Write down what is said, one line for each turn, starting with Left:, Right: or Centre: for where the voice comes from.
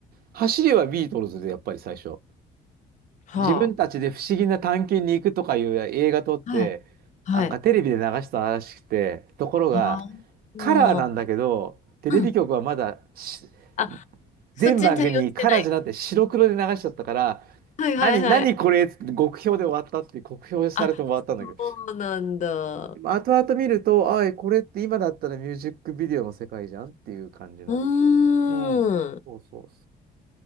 Right: 走りはビートルズで、やっぱり最初。
Left: は
Right: 自分たちで不思議な探検に行くとかいう映画撮って、
Left: あ。はい。はい。
Right: なんかテレビで流したらしくて、ところが、
Left: は
Right: カラーなんだけど、
Left: あ。
Right: テレビ局はまだし
Left: うん。あ、そっちに対応してない。
Right: 全番組カラーじゃなくて白黒で流しちゃったから、
Left: はいはいはい。
Right: 何、何これっつって極評で終わったっていう、酷評されて終わったんだけど。
Left: あ、そうなんだ。
Right: まあ後々見ると、あい、これって今だったらミュージックビデオの世界じゃんっていう感じの。
Left: うーん。
Right: うん。そうそうそ